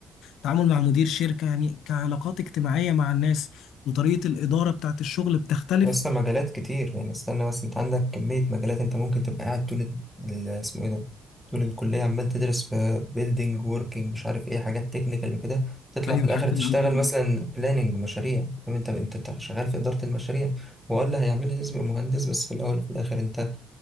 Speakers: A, on the left (about 85°); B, in the centre.
A: تعامل مع مدير شركة يعني كعلاقات اجتماعية مع الناس وطريقة الإدارة بتاعت الشغل بتختلف
B: اصلا مجالات كتير يعني استنى بس انت عندك كمية مجالات انت ممكن تبقى قاعد طول ال- اسمه ايه ده طول الكلية عمال تدرس في بيلدينج وركينج مش عارف ايه حاجات تكنيكال وكده تطلع
A: ايوه
B: في الاخر
A: الحاجات
B: تشتغل
A: اللي عندنا
B: مثلا
A: دي
B: بلاننج مشاريع فاهم انت انت شغال في إدارة المشاريع هو اللي هيعملها لازم يبقى مهندس بس في الاول وفي الاخر انت